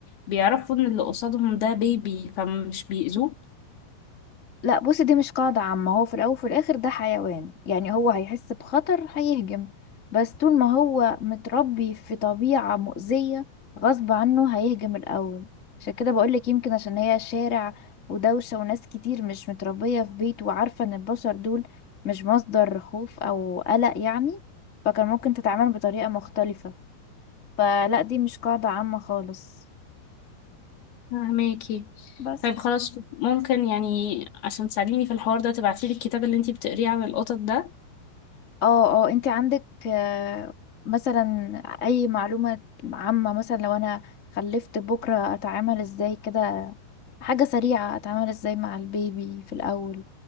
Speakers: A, on the left; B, on the left.
A: بيعرفوا إن اللي قصادهم ده بيبي فمش بيأذوه؟
B: لا بصي دي مش قاعدة عامة هو في الأول وفي الآخر ده حيوان يعني هو هيحس بخطر هيهجم بس طول ما هو متربي في طبيعة مؤذية غصب عنه هيهجم الأول عشان كده بقولك يمكن عشان هي شارع ودوشة وناس كتير مش متربية في بيت وعارفة إن البشر دول مش مصدر خوف أو قلق يعني فكان ممكن تتعامل بطريقة مختلفة فلا دي مش قاعدة عامة خالص
A: فهماكي
B: بس
A: طيب خلاص ممكن يعني عشان تساعديني في الحوار ده تبعتيلي الكتاب اللي انتي بتقريه عن القطط ده
B: اه اه انت عندك آه، مثلا اي معلومة عامة مثلا لو انا خلفت بكرة اتعامل ازاي كده حاجة سريعة اتعامل ازاي مع البيبي في الاول